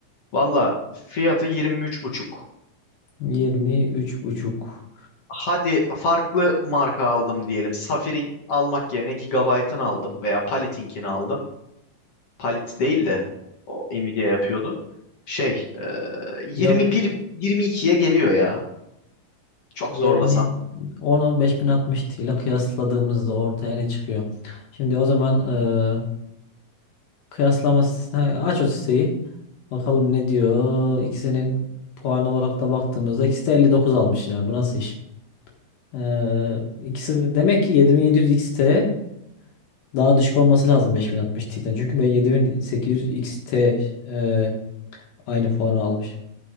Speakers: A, on the left (about 50°); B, on the left (about 70°).
A: Valla fiyatı yirmi üç buçuk.
B: 23 buçuk.
A: Hadi farklı marka aldım diyelim. Safir'in almak yerine Gigabyte'ın aldım veya Palik'inkini aldım. Palit değil de o Nvidia yapıyordu. Şey e, 21
B: Ya
A: 22'ye geliyor ya. Çok
B: yani
A: zorlasam.
B: onu 5060 Ti ile kıyasladığımızda ortaya ne çıkıyor? Şimdi o zaman e, Kıyaslama sitesine aç o siteyi. Bakalım ne diyor. İkisinin puan olarak da baktığımızda ikisi de 59 almış ya. Bu nasıl iş? Ee, ikisi demek ki 7700 XT daha düşük olması lazım 5060 Ti'den. Çünkü ben 7800 XT e, aynı puanı almış.